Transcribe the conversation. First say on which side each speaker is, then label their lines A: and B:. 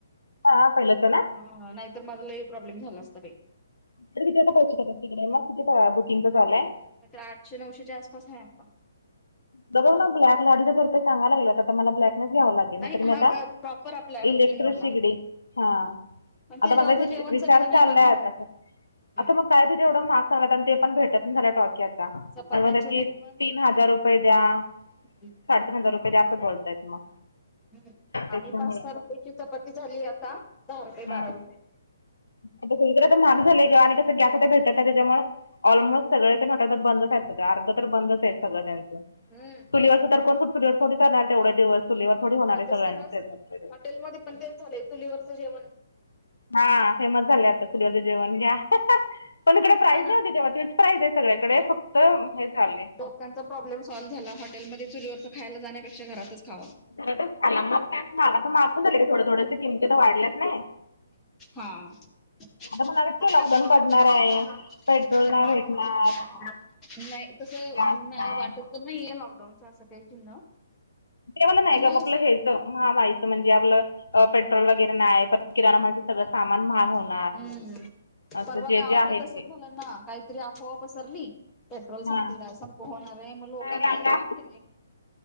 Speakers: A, on the left; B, on the left.
A: हा, हा. पहिलेचं ना?
B: हां, हां.. नाहीतर माझा लई प्रॉब्लेम झाला असता बाई.
A: तर किती आता पाहू शकतात. तिकडे मग किती बुकिंगंचा चालू हाय.
B: नाही तर आठशे, नऊशेच्या आसपास आहे आता.
A: डबल ना ब्लॅक ने अडीच हजार सांगाय लागलं तर मला ब्लॅकनेच
B: हम्म
A: घ्यावं लागेल नाही तर मी
B: हा
A: आता
B: ग प्रॉपर आपला बुकिंग
A: इलेक्ट्रिक
B: वाला
A: शेगडी, हां.
B: पण
A: आता
B: त्याच्यावरच
A: माझा जस्ट
B: जेवण
A: विचार
B: चवीला नाही
A: चाललाय
B: लागत.
A: आता.
B: हम्म
A: आता मग काय ते तेवढ महाग सांगाय लागलेत ते पण भेटत नाहीत झाले आता टॉकी आता आणि
B: चपात्यांचे
A: म्हणत्यात की
B: रेट पण
A: तीन हजार रुपये द्या.
B: हम्म
A: साडेतीन हजार रुपये द्या असं बोलतायेत मग.
B: हम्
A: त्याच्यामुळे
B: आणि पाच, सहा रुपयेची चपाती झाली आता दहा रुपये, बारा
A: हां
B: रुपये.
A: आता सगळीकडे आता महाग झालंयग आणि कसं गॅस आता भेटत नाही त्याच्यामुळं ऑलमोस्ट सगळ <unintelligible> अर्धा तर बंदच आहेत सगळं त्यांच.
B: <unintelligible>
A: <unintelligible> करणार तेवढ्या दिवस चुलीवर थोडी होणारे
B: आता
A: सगळ्यांचा
B: सर्रास
A: स्वयंपाक.
B: हॉटेलमध्ये पण तेच झालेय चुलीवरचं जेवण
A: हा फेमस झालय आता चुलीवरचे जेवण घ्या. पण इकडे प्राईज
B: हा ना
A: नाही होती तेव्हा तीच प्राईज आहे. सगळ्याकडे फक्त हे चाललीय
B: कोणचा प्रॉब्लेम सॉल्व्ह झाला हॉटेलमध्ये चुलीवरचा खायला जाण्यापेक्षा घरातच खावा.
A: <unintelligible> महाग पण झालं की की थोडं थोडंस किमतीत तर वाढल्यात नाय.
B: हा <unintelligible> <unintelligible>
A: म्हणालेत की लॉकडाऊन पडणार आहे पेट्रोल नाही भेटणार
B: नाय तसं
A: गॅस
B: नाय
A: नाही
B: वाटत. पुन्हा येईल लॉकडाऊनच असं काही चिन्ह
A: देवाला नाय
B: पण
A: ग
B: नाही
A: आप आपलं हेच. महामाईच म्हणजे आपलं पेट्रोल वगैरे नाय परत किराणा मालाचं सगळं सामान महाग होणार.
B: हम्म,
A: असं
B: परवा
A: जे
B: गावाकडे
A: जे आहे ते
B: तसंच झालं ना काहीतरी अफवा पसरली. पेट्रोल
A: हा
B: संप संप होणार आहे मग लोकांनी
A: काय रांगा
B: घेऊन गेले.